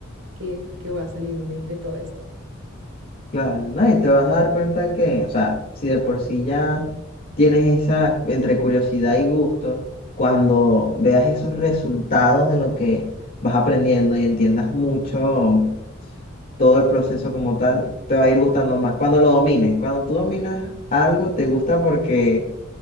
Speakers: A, on the right; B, on the left.
A: que, que va a salir de, de todo esto.
B: Claro, ¿no? Y te vas a dar cuenta que, o sea, si de por sí ya tienes esa entre curiosidad y gusto, cuando veas esos resultados de lo que vas aprendiendo y entiendas mucho todo el proceso como tal, te va a ir gustando más. Cuando lo domines, cuando tú dominas algo, te gusta porque,
A: Pues sí.